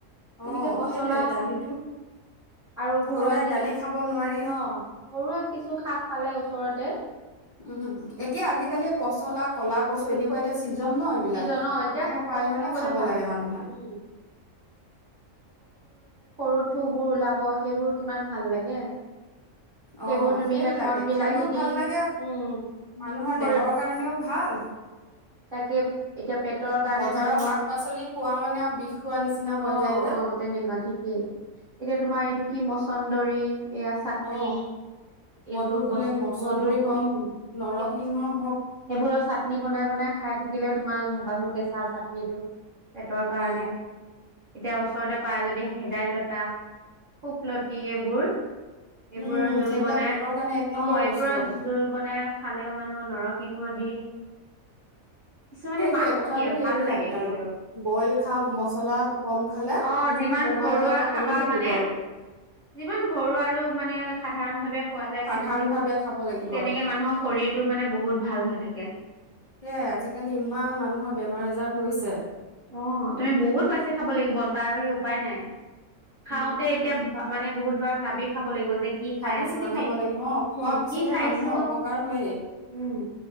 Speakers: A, on the right; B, on the right.
A: অ
B: তেনেকে পচলা
A: সেইটোয়ে দালিটো
B: আৰু ঘৰুৱা
A: সদায়
B: যি
A: দালি
B: অ
A: খাব নোৱাৰি
B: ঘৰুৱা কিছু শাক পালে ওচৰত ওপৰতে
A: উম এতিয়া আজিকালি পচ পচলা কলা কচু এনেকুৱা এতিয়া চিজন ন এইবিলাক
B: ছিজনৰ
A: এতিয়া পায়
B: কচু
A: মানে
B: খাবলে
A: খাব
B: ভাল
A: লাগে
B: হৈছে
A: মানুহে।
B: উম থু বোৰ ওলাব সেইবোৰ কিমান ভাল লাগে
A: অ
B: সেইবোৰ তুমি
A: সেইবিলাকে
B: এতিয়া কণ বিলাহী
A: খাইও ভাল
B: দি
A: লাগে
B: উম
A: মানুহৰ
B: খ
A: দেহৰ কাৰণেও ভাল।
B: তাকে এতিয়া পেটৰ কাৰণে
A: বজাৰৰ
B: ধৰি ম
A: শাক পাচলি খোৱা মানে আৰু বিষ খোৱা নিচিনা হৈ
B: অ
A: যায় যে
B: অ তেনেকুৱা ঠিকেই এতিয়া তোমাৰ এইটো কি মচ চন্দৰী এইয়া চাটনি
A: অ
B: এইবোৰ
A: মধুসোলেং
B: বস্ত
A: মচন্দৰী
B: মধু
A: হওক
B: উ সেইবোৰ
A: নৰসিংহ
B: সেইবোৰৰ
A: হওক
B: চাটনি চাতনি বনাই বনাই খাই থাকিলেও তোমাৰ ভাবাচোন কেঁচা চাটনিটো পেটৰ কাৰণে
A: অ
B: এতিয়া ওচৰতে পাৰা যদি ভেদাইলতা শুকলতি এইবোৰ এইবোৰৰ
A: উম উম
B: জোল
A: সেইবিলাক
B: বনাই
A: পেটৰ কাৰণে এক নম্বৰ
B: অ এইবোৰৰ
A: বস্তু আৰু
B: জোল বনাই খালেও মানুহৰ নৰসিংহ দি কিছুমানে
A: সেইটোৱে
B: মাছ
A: কথাটো
B: দিয়ে
A: সেইবিলাকে
B: ভাল লাগে কিন্তু
A: আৰু বইল খাওক মচলাটো কম খালে
B: অ
A: মানুহৰ
B: যিমান
A: বেমাৰ
B: ঘৰুৱা
A: আজাৰ পৰা
B: খাবা
A: কমি থাকিব
B: মানে
A: আৰু
B: যিমান ঘৰুৱা আৰু মানে সাধাৰণ ভাৱে। খোৱা যায়
A: সাধাৰণ
B: তে
A: ভাৱে খাব লাগিব
B: তেনেকে
A: আৰু
B: মানুহৰ শৰীৰটো মানে বহুত ভাল হৈ থাকে।
A: সেইয়াই আজিকালি ইমান মানুহৰ বেমাৰ আজাৰ হৈছে।
B: অ তুমি বহুত বাচি খাব লাগিব তাৰ বাহিৰে উপায় নাই। খাওঁতে
A: উম
B: এতিয়া ভাল মানে বহুতবাৰ ভাবি খাব লাগিব যে। কি
A: ভাবি
B: খাই আছো
A: চিতি
B: আমি,
A: খাব লাগিব অ খোৱাৰ
B: উম
A: পিছতে
B: কি খাইছো,
A: মানুহৰ অপকাৰ হয়েই
B: উম